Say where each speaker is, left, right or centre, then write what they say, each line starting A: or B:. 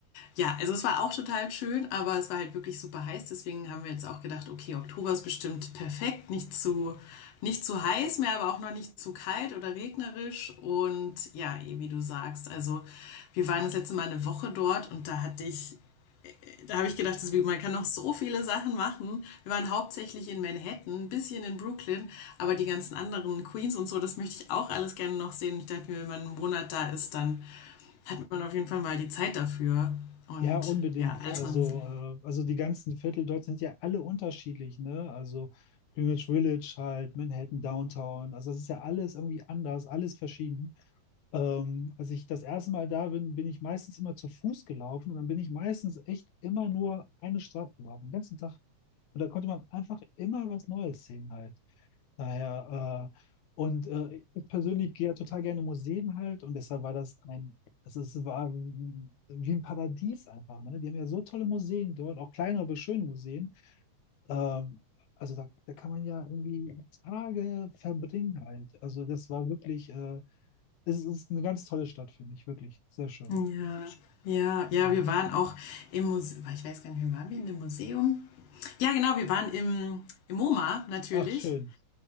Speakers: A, on the left; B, on the left.
A: ja, also es war auch total schön, aber es war halt wirklich super heiß. Deswegen haben wir jetzt auch gedacht, okay, Oktober ist bestimmt perfekt, nicht zu, nicht zu heiß mehr, aber auch noch nicht zu kalt oder regnerisch. Und ja, eh, wie du sagst, also wir waren das letzte Mal eine Woche dort und da hatte ich da habe ich gedacht, man kann noch so viele Sachen machen. Wir waren hauptsächlich in Manhattan, ein bisschen in Brooklyn, aber die ganzen anderen Queens und so, das möchte ich auch alles gerne noch sehen. Ich dachte mir, wenn man einen Monat da ist, dann hat man auf jeden Fall mal die Zeit dafür. Und
B: Ja, unbedingt.
A: ja, alles
B: Also,
A: mal ein bisschen.
B: äh, also die ganzen Viertel dort sind ja alle unterschiedlich, ne? Also Greenwich Village halt, Manhattan, Downtown. Also das ist ja alles irgendwie anders, alles verschieden. Ähm, als ich das erste Mal da bin, bin ich meistens immer zu Fuß gelaufen und dann bin ich meistens echt immer nur eine Straße gelaufen, den ganzen Tag. Und da konnte man einfach immer was Neues sehen halt. Daher, äh, und äh, ich persönlich gehe ja total gerne in Museen halt und deshalb war das ein, es ist, war mm, wie ein Paradies einfach. Ne? Die haben ja so tolle Museen dort, auch kleinere, aber schöne Museen. Ähm, also da, da kann man ja irgendwie Tage verbringen halt. Also das war wirklich, äh, es ist eine ganz tolle Stadt, finde ich, wirklich. Sehr schön.
A: Ja, ja, ja,
B: Mhm.
A: wir waren auch im Museum, ich weiß gar nicht, wie waren wir in dem Museum? Ja, genau, wir waren im, im MoMA natürlich.
B: Ach, schön.